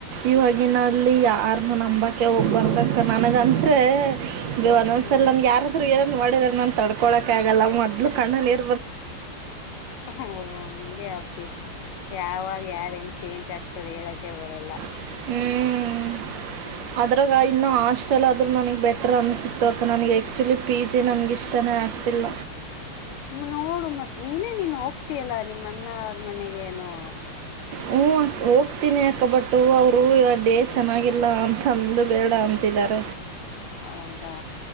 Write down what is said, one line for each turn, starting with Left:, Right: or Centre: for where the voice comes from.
Right: ಇವಾಗಿನಲ್ಲಿ ಯಾರನ್ನ ನಂಬೋಕ್ಕೆ ಹೋಗ್ಬಾರತಕ್ಕ ನನಗಂದರೆ ಬೇ ಒಂದ್ಸಲ್
Left: ಹ್ಮ್
Right: ನನ್ಗೆ ಯಾರಾದರು ನೊಡಿದ್ರ ನಂಗ್ ತಡ್ಕೋಳಕ್ಕೆ ಆಗಲ್ಲ ಮೊದ್ಲು ಕಣ್ಣಲ್ ನೀರ್
Left: ಹ ಅಂಗೆ ಅಪ್ಪಿ ಯಾವಾಗ ಯಾರ್ ಹೆಂಗ್ ಚೇಂಜ್ ಆಗ್ತದ ಹೇಳಕೆ ಬದರು
Right: ಹ್ಮ್
Left: ಹ್ಮ್,
Right: ಅದ್ರಾಗ ಇನ್ನು ಹಾಸ್ಟೆಲ್ ಆದ್ರು ನನಗ ಬೆಟರ್ ಅನ್ಸಿತ್ತು ಅಕ್ಕ ನನಿಗೆ, ಆಕ್ಚುಲಿ ಪಿ ಜಿ ನನಿಗೆ ಇಷ್ಟನೇ ಆಗ್ತಿಲ್ಲ
Left: ನೋಡು ಮತ್ತ್ ನೀನೇ ನೀನ್ ಹೋಗ್ತಯಲ್ಲಾ ನಿಮ್ಮ ನ್ನ ಅವ್ರ ಮನೆಗೇಏನು
Right: ಹ್ಮ ಹೋಗ್ತೀನಿ ಅಕ ಬಟ್ಟು ಅವರು ಇವ ಡೇ ಚೆನ್ನಾಗಿಲ್ಲ ಅಂತ ಅಂದು ಬೇಡ ಅಂತಿದಾರ
Left: ಹೌದಾ